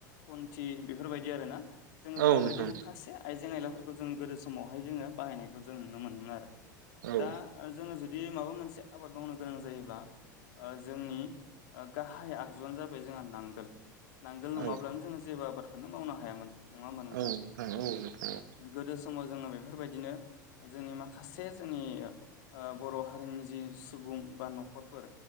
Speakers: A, on the left (about 65°); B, on the right (about 70°).
A: खुन्थि बेफोरबायदि आरोना। जोङो बेफोरबायदि
B: औ नोंथां
A: माखासे आइजें आयलाफोरखौ जों गोदो समावहाय जोङो बाहायनायखौ जों नुनो मोनोमोन आरो।
B: औ
A: दा ओ जोङो जुदि माबा मोनसे आबाद मावनो गोनां जायोब्ला ओ जोंनि ओ गाहाय आगजुआनो जाबाय जोंहा नांगोल नांगोल नङाब्लानो
B: औ
A: जोङो जेबो आबादखौनो मावनो हायामोन। नङा होमबा नोंथां?
B: औ औ नोंथां
A: गोदो समाव जोङो बेफोरबायदिनो जोंनि माखासे जोंनि ओ बर' हारिनि जि सुबुं बा न'खरफोर